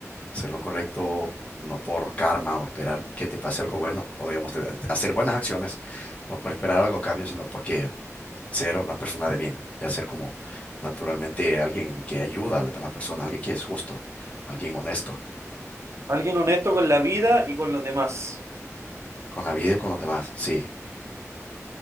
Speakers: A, on the left; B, on the right.
A: hacer lo correcto no por karma o esperar que te pase algo bueno, o digamos, te- hacer buenas acciones, no por esperar algo a cambio, sino porque ser una persona de bien, ya ser como naturalmente alguien que ayuda a las demás personas, alguien que es justo, alguien honesto
B: Alguien honesto con la vida y con los demás.
A: con la vida y con los demás, sí.